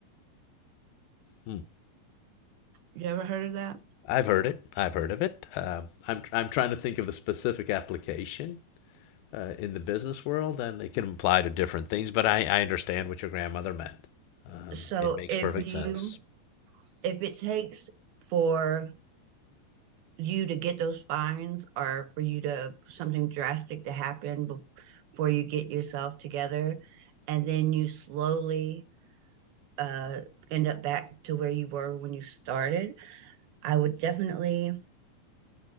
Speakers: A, on the left; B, on the right.
A: Hmm.
B: You ever heard of that?
A: I've heard it. I've heard of it. Um I'm I'm trying to think of the specific application uh, in the business world, and it can apply to different things. But I, I understand what your grandmother meant. Um,
B: So
A: it makes
B: if
A: perfect
B: you
A: sense.
B: if it takes for you to get those fines or for you to something drastic to happen bef- before you get yourself together and then you slowly uh, end up back to where you were when you started i would definitely